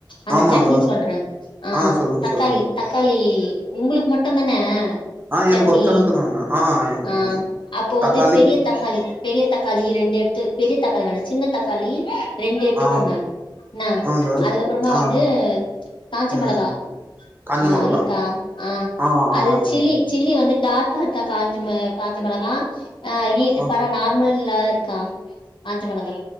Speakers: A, on the left (about 80°); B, on the right (about 25°).
A: அந்த
B: ஆமாங்க
A: சட்னி சொல்றே ஆஹ்
B: ஆ சொல்லுங்க
A: தக்காளி
B: சொல்லுங்க
A: தக்காளி உங்ளுக்கு மட் ட்டுந்தான
B: ஆ
A: சட்னீ
B: எனக்கு ஒத்தனுக்கு தாங்க ஆ எனக்கு ஒத்தனுக்கு
A: ஆஹ் அப்போ வந்து
B: தக்காளி
A: பெரிய தக்காளி பெரிய தக்காளி ரெண்டு எடுத்து பெரிய தக்காளி வேணா சின்னத் தக்காளி ரெண்டு எடுத்துக்கோங்க
B: ஆ
A: என்னா
B: ஆங்க
A: அதுக்கப்றமா
B: ஆ
A: வந்து காஞ்ச
B: ம்
A: மெளகா
B: காஞ்ச
A: ஆஹ்
B: மொளகா
A: இருக்கா ஆஹ்
B: ஆ
A: அது
B: ஆங்க
A: சில்லி சில்லி வந்து டார்க்கா இருக்கா காஞ்சமெ காஞ்ச மெளகா ஆஹ் இ
B: ஆ
A: பரவா நார்மல் ல்லா இருக்கா காஞ்ச மொளகா